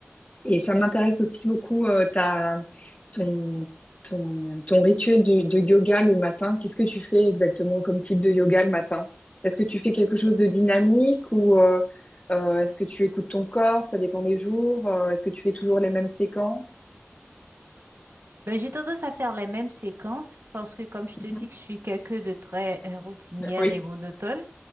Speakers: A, on the left; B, on the right.
A: et ça m'intéresse aussi beaucoup euh, ta, ton, ton, ton rituel de, de yoga le matin. Qu'est-ce que tu fais exactement comme type de yoga le matin? Est-ce que tu fais quelque chose de dynamique ou euh, euh, est-ce que tu écoutes ton corps? Ça dépend des jours. Euh, est-ce que tu fais toujours les mêmes séquences?
B: Ben, j'ai tendance à faire les mêmes séquences parce que, comme je
A: Mhm.
B: te dis, que je suis quelqu'un de très euh, routinière
A: Oui.
B: et monotone,